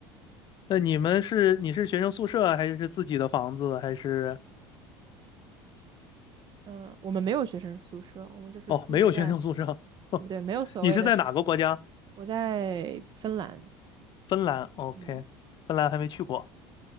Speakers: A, on the left; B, on the right.
A: 那你们是你是学生宿舍啊还是自己的房子还是？
B: 嗯，我们没有学生宿舍，我们就是住在，
A: 哦，没有学生宿舍，<laughs>
B: 不对，没有所谓的学
A: 你是在哪个国家？
B: 我在芬兰，
A: 芬兰，OK，
B: 嗯，
A: 芬兰还没去过。